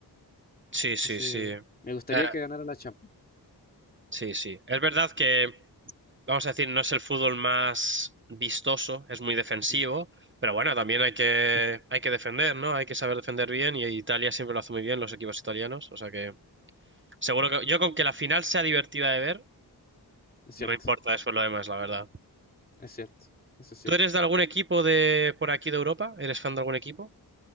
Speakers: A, on the right; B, on the left.
A: Sí,
B: Entonces,
A: sí, sí.
B: me gustaría
A: Eh,
B: que ganara la Champions.
A: sí, sí. Es verdad que vamos a decir, no es el fútbol más vistoso, es muy defensivo,
B: Mm,
A: pero bueno, también hay que, hay que defender, ¿no? Hay que saber defender bien y Italia siempre lo hace muy bien, los equipos italianos, o sea que seguro que yo con que la final sea divertida de ver,
B: es cierto,
A: no me importa después lo demás, la verdad.
B: es cierto, eso es cierto.
A: ¿Tú eres de algún equipo de por aquí de Europa? ¿Eres fan de algún equipo?